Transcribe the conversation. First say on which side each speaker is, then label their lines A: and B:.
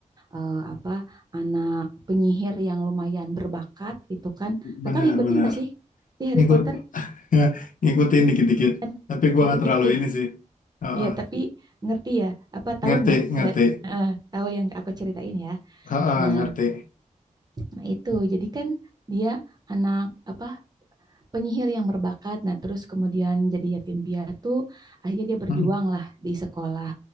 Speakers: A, on the right; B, on the left.
A: eh, apa anak penyihir yang lumayan berbakat gitu kan.
B: benar,
A: Kakak ngikutin
B: benar.
A: gak sih si Harry
B: Ngikut,
A: Potter?
B: <laughs> ngikutin dikit-dikit.
A: Kan
B: Tapi gua
A: dikit-dikit.
B: nggak terlalu ini sih. Ah,
A: Iya,
B: ah.
A: tapi ngerti ya, apa tahu
B: ngerti,
A: nggak?
B: ngerti.
A: Eh, eh, tahu yang aku ceritain ya.
B: Ah,
A: Nah,
B: ah, ngerti.
A: nah itu jadi kan dia anak apa penyihir yang berbakat. Nah, terus kemudian jadi yatim piatu. Akhirnya dia berjuang
B: Mm.
A: lah di sekolah